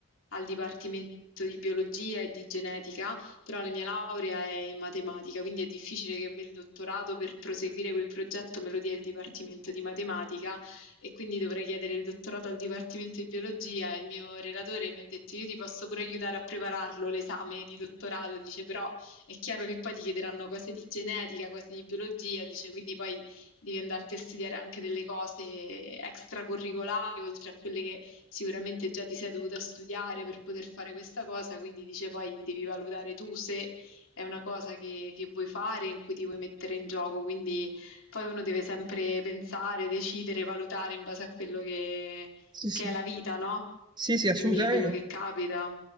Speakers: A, on the left; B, on the right.
A: al dipartimento di biologia e di genetica, però la mia laurea è in matematica, quindi è difficile che a me il dottorato per proseguire quel progetto me lo dia il Dipartimento di Matematica e quindi dovrei chiedere il dottorato al Dipartimento di Biologia. Il mio relatore mi ha detto io ti posso pure aiutare a prepararlo l'esame di dottorato, dice però è chiaro che poi ti chiederanno cose di genetica, cose di biologia, dice quindi poi devi andarti a studiare anche delle cose extracurricolari oltre a quelle che sicuramente già ti sei dovuta studiare per poter fare questa cosa, quindi dice poi devi valutare tu se è una cosa che, che vuoi fare, in cui ti vuoi mettere in gioco, quindi poi uno deve sempre pensare, decidere, valutare in base a quello che,
B: Sì,
A: che
B: sì,
A: è la vita, no?
B: sì, sì, assolutamente,
A: Quindi quello che capita.